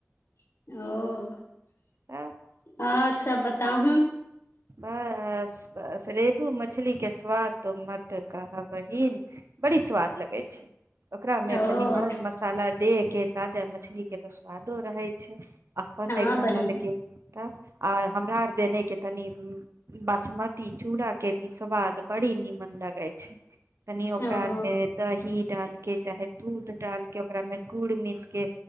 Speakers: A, on the left; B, on the right.
A: ओ
B: तऽ
A: आओर सब बताहूँ
B: बस बस रेहू मछली के स्वाद तो मत कह बहिन बड़ी स्वाद लगै छै ओकरा मे
A: ओ
B: तनि मर मसाला देह के ताजा मछली के तऽ स्वादो रहै छै अपन
A: हँ
B: ने एकदम
A: बहिन
B: अलगे तऽ आ हमरा आर देने के तनी बासमती चूड़ा के भी स्वाद बड़ी निमन लगै छै कनी ओकरा
A: ओ
B: आरमे दही डाल के चाहे दूध डालके ओकरा मे गुड़ मिस के